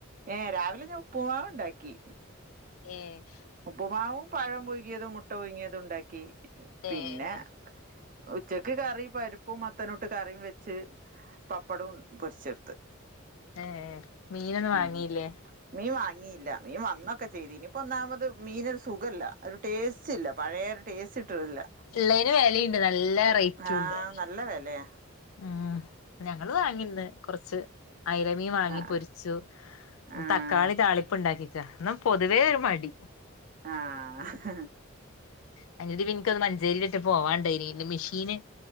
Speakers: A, on the right (about 40°); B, on the left (about 80°).
A: ഏ രാവിലെ ഞാൻ ഉപ്പുമാവ് ഉണ്ടാക്കി
B: ഏ
A: ഉപ്പുമാവും പഴം പൊഴങ്ങിയതും മുട്ട പൊങ്ങിയതും ഉണ്ടാക്കി പിന്നെ
B: ഏഹ്
A: ഉച്ചക്ക് കറി പരിപ്പും മ തനുട്ട് കറിയും വെച്ച് പപ്പടവും പൊരിച്ചെടുത്ത്
B: ഏ മീനൊന്നും വാങ്ങീല്ലേ
A: ഉം മീൻ വാങ്ങിയില്ല മീൻ വന്നൊക്കെ ചെയ്തിനി ഇപ്പേ ഒന്നാമത് മീനൊരു സുഖല്ല ഒരു ടേസ്റ്റ് ഇല്ല പയെരു ടേസ്റ്റ് കിട്ണില്ല
B: ള്ളയിന് വേലേണ്ട് നല്ല റേറ്റും
A: ആഹ്
B: ഉണ്ട്
A: നല്ല വിലയാ
B: ഉം ഞങ്ങൾ വാങ്ങിന്ന് കൊറച്ച് ഐലമീൻ വാങ്ങി
A: ആഹ്
B: പൊരി ചു
A: ആഹ്
B: തക്കാളി താളിപ് ഉണ്ടാക്കിക്ക ഇന്ന് പൊതുവേ ഒരു മടി
A: ആഹ
B: <unintelligible> മഞ്ചേരിയിലിട്ട് പോവാണ്ടായി മിഷീന്